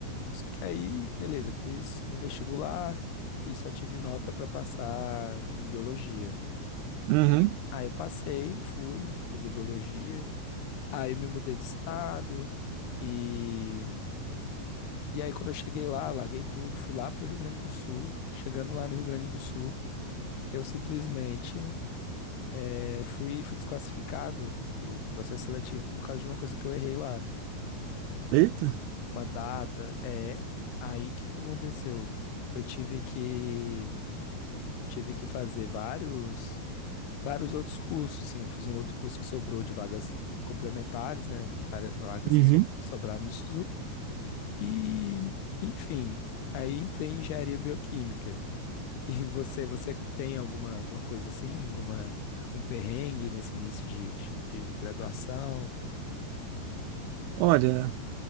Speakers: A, on the left (about 75°); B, on the right (about 80°).
A: Só que aí, beleza, fiz o vestibular e só tive nota pra passar em biologia.
B: uhum.
A: Aí eu passei, fui fazer biologia, aí eu me mudei de estado e e aí quando eu cheguei lá, larguei tudo, fui lá pro Rio Grande do Sul. Chegando lá no Rio Grande do Sul, eu simplesmente eh, fui fui desclassificado do, do processo seletivo por causa de uma coisa que eu errei lá,
B: Eita.
A: uma data, é. Aí o que que aconteceu? Eu tive que tive que fazer vários, vários outros cursos, assim, eu fiz um outro curso que sobrou de vagas complementares, né? Vari- Vagas
B: Uhum.
A: que so- sobraram no SISU. E, enfim, aí entrei em engenharia bioquímica. <laughs> E você, você tem alguma, alguma coisa assim, alguma, um perrengue nesse início de, de, de graduação?
B: Olha,